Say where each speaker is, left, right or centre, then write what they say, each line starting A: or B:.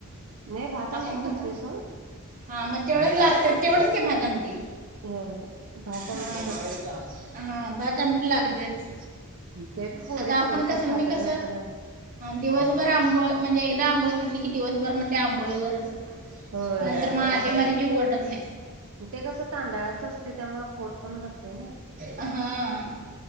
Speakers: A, on the right (about 65°); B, on the right (about 40°).
A: नाही भात आमटी
B: आपण
A: करतोय
B: कस
A: सोड
B: हा म तेवढंच लागतंय तेवढंच भात आमटी
A: होय भात आमटी
B: ह
A: करतोय
B: हा भात आमटी लागल तेच
A: ते बी पोरी
B: आता आपण
A: खाल्लं
B: कस
A: तर खात्यात
B: मी कस
A: नाही तर
B: दिवसभर आंब म्हणजे एकदा आंबो दिवसभर मग ते आंबोळी वरच
A: होय
B: नंतर म आधी मधी जीवड पडत नाय
A: ते कसं तांदळाचं असतय त्यामुळे पोट पण भरतय नाही
B: हा